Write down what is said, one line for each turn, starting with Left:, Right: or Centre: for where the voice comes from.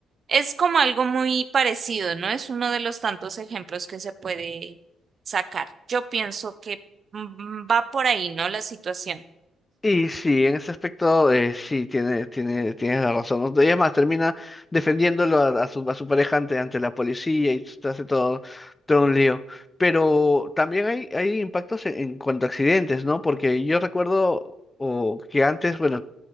Right: Es como algo muy parecido, ¿no? Es uno de los tantos ejemplos que se puede sacar. Yo pienso que mm, mm, va por ahí, ¿no? La situación.
Left: Y sí, en ese aspecto eh, sí, tiene, tiene, tienes la razón. ¿no? Y es más, termina defendiéndolo a, a su, a su pareja ante, ante la policía y te hace todo, todo un lío. Pero también hay, hay impactos en, en cuanto a accidentes, ¿no? Porque yo recuerdo o que antes, bueno,